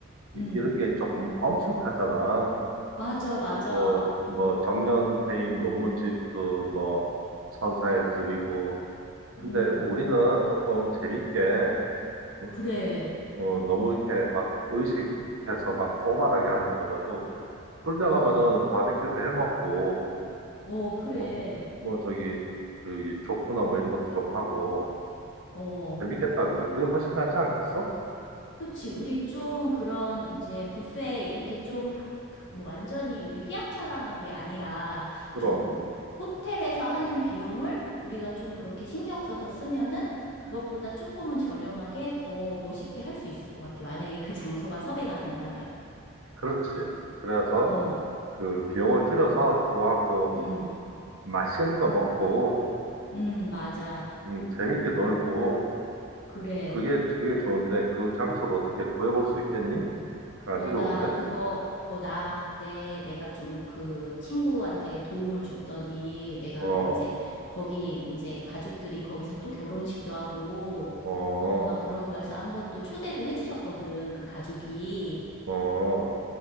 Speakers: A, on the right; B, on the left.
A: 이-
B: 음,
A: 이런 게 조금 엄숙하잖아.
B: 맞아, 맞아.
A: 그 뭐, 뭐, 정년 퇴임 논문집도 뭐, 선사해 드리고. 근데
B: 음,
A: 우리는 조금 재밌게, 응?
B: 그래.
A: 어, 너무 이렇게 막 의식해서 막 포멀하게 하는 것보다도, 그러다
B: 어,
A: 가면은 바비큐도 해 먹고,
B: 어, 그래.
A: 뭐, 뭐, 저기, 저기, 족구나 뭐 이런 것도 좀 하고,
B: 어.
A: 재밌겠다. 그게, 그게 훨씬 낫지 않겠어?
B: 그치. 우리 좀 그런 이제 뷔페 이렇게 좀 하- 그뭐 완전히 우리 휘황찬란한 게 아니라
A: 그럼,
B: 좀 호텔에서 하는 비용을 우리가 좀 그렇게 신경 써서 쓰면은 그것보다 조금은 저렴하게 더 멋있게 할 수 있을 것 같아. 만약에 그 장소가 섭외가 된다면.
A: 그렇지. 그래서,
B: 어,
A: 그 비용을 줄여서 그거 갖고
B: 음,
A: 맛있는 거 먹고
B: 음, 맞아.
A: 음, 재밌게 놀고
B: 그래.
A: 그게 그게 좋은데 그 장소를 어떻게 구해볼 수 있겠니? 아주
B: 어,
A: 좋은데?
B: 나 그거, 어, 나 그때 내가 좀 그 친구한테 도움을 줬더니 내가
A: 어,
B: 막 이제 거기 이제 가족들이 거기서 또 결혼식도 하고,
A: 어,
B: 어, 막 그런 거에서 한번 또 초대도 해주셨거든, 그 가족이.
A: 어,